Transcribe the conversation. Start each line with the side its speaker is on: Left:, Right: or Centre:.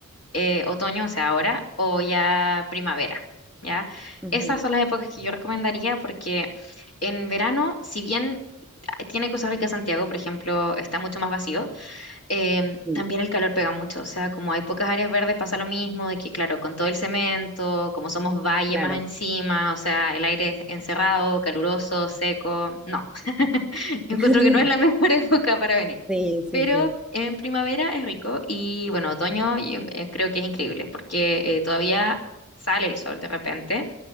Left: eh, otoño, o sea, ahora, o ya primavera, ¿ya?
Centre: Ujú.
Left: Esas son las épocas que yo recomendaría porque en verano, si bien ah, tiene cosas ricas Santiago, por ejemplo, está mucho más vacío, Em,
Centre: Mm,
Left: también el calor pega mucho, o sea, como hay pocas áreas verdes pasa lo mismo, de que claro, con todo el cemento, como somos valle
Centre: Claro.
Left: más encima, o sea, el aire es encerrado, caluroso, seco, no, <laughs> encuentro
Centre: <laughs>
Left: que no es la mejor <laughs> época para venir.
Centre: Sí, sí,
Left: Pero
Centre: sí.
Left: en primavera es rico y bueno, otoño yo, eh, creo que es increíble porque eh, todavía sale el sol de repente,